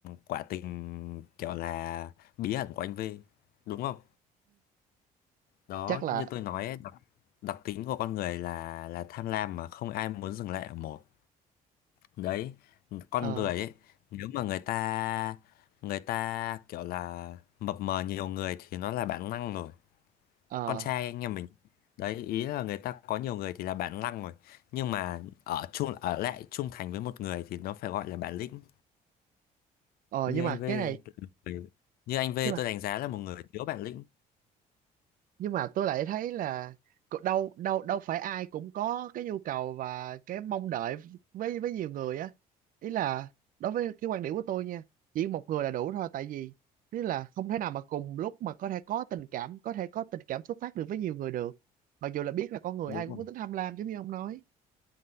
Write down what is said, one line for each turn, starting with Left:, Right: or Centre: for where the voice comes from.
Left: quả tình kiểu là bí ẩn của anh V đúng không đó
Right: chắc là
Left: như tôi nói ấy, đặc, đặc tính của con người là là tham lam mà không ai muốn dừng lại ở một đấy con
Right: ờ
Left: người ấy nếu mà người ta người ta kiểu là mập mờ nhiều người thì nó là bản năng rồi
Right: ờ
Left: con trai anh em mình đấy ý là người ta có nhiều người thì là bản lăng rồi nhưng mà ở chung ở lại trung thành với một người thì nó phải gọi là bản lĩnh
Right: ờ
Left: như
Right: nhưng
Left: anh
Right: mà
Left: V
Right: cái này nhưng
Left: là một người- như anh V
Right: mà
Left: tôi đánh giá là một người thiếu bản lĩnh
Right: nhưng mà tôi lại thấy là cô- đâu đâu đâu phải ai cũng có cái nhu cầu và cái mong đợi với với nhiều người á ý là đối với cái quan điểm của tôi nha chỉ một người là đủ thôi tại vì ý là không thể nào mà cùng lúc mà có thể có tình cảm có thể có tình cảm xuất phát được với nhiều người được mặc dù là biết là con người
Left: đúng
Right: ai cũng
Left: rồi
Right: có tính tham lam giống như ông nói